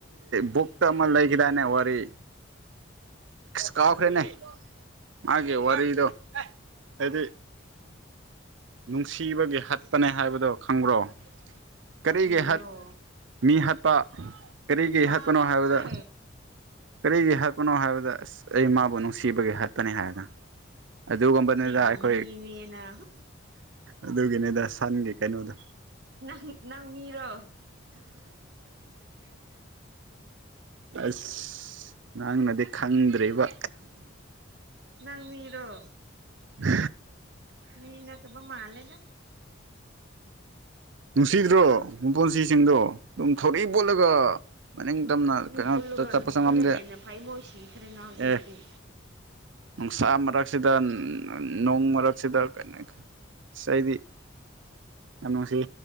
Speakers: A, on the right; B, on the right.
A: ꯕꯨꯛ ꯇ ꯑꯃ ꯂꯩ ꯀꯗꯅꯦ ꯋꯥꯔꯤꯔꯤ ꯀꯥꯎꯈꯔꯅꯦ ꯃꯥꯒꯤꯦ ꯋꯥꯔꯤꯗꯣ ꯍꯥꯏꯗꯤ ꯅꯨꯡꯁꯤꯕꯒꯤ ꯍꯠꯄꯅꯦ ꯍꯥꯏꯕꯗꯨꯣ ꯈꯪꯕ꯭ꯔꯣ ꯀꯔꯤꯒꯤ
B: ꯀꯔꯤꯔꯣ
A: ꯍꯠ ꯃꯤ ꯍꯥꯠꯄ ꯀꯔꯤꯒꯤ
B: ꯀꯥꯎꯈ꯭ꯔꯦ
A: ꯍꯥꯠꯄꯅꯣ ꯍꯥꯏꯕꯗ ꯀꯔꯤꯒꯤ ꯍꯥꯠꯄꯅꯣ ꯍꯥꯏꯕꯗ ꯑꯁ ꯑꯩ ꯃꯥꯕꯨ ꯅꯨꯡꯁꯤꯕꯒꯦ ꯍꯥꯠꯄꯅꯤ ꯍꯥꯏꯔꯒ ꯑꯗꯨꯒꯨꯝꯕꯅꯤꯗ
B: ꯁꯤꯕꯨ
A: ꯑꯩꯈꯣꯏ
B: ꯃꯤꯅꯦꯅ
A: ꯑꯗꯨꯒꯤꯅꯤꯗ ꯁꯟꯒꯤ ꯀꯩꯅꯣꯗ
B: ꯅꯪ ꯅꯪ ꯃꯤꯔꯣ
A: ꯑꯁ ꯅꯪꯅꯗꯤ ꯈꯪꯗ꯭ꯔꯤꯕ
B: ꯅꯪ ꯃꯤꯔꯣ
A: ꯎ
B: ꯃꯤꯅ ꯇꯕ ꯃꯥꯂꯦꯗ
A: ꯅꯨꯡꯁꯤꯗ꯭ꯔꯣ ꯃꯄꯣꯟꯁꯤꯁꯤꯡꯗꯣ ꯑꯗꯨꯝ ꯊꯧꯔꯛꯏ ꯄꯣꯠꯂꯒ ꯃꯅꯤꯡ ꯇꯝꯅ
B: ꯃꯤ
A: ꯀꯩꯅꯣꯝꯇ
B: ꯄꯨꯜꯂꯒ
A: ꯆꯠꯄꯁꯨ
B: ꯂꯩꯕꯅ
A: ꯉꯝꯗꯦ
B: ꯍꯦꯟꯅ ꯐꯩ ꯃꯣꯏ ꯁꯤꯈ꯭ꯔꯦꯅ ꯍꯧꯖꯤꯛꯇꯤ
A: ꯑꯦ ꯅꯨꯡꯁꯥ ꯃꯔ ꯃꯔꯛꯁꯤꯗ ꯅꯣꯡ ꯃꯔꯛꯁꯤꯗ ꯀꯩꯅꯣ ꯁꯤꯗꯤ ꯀꯅꯣꯁꯤꯦ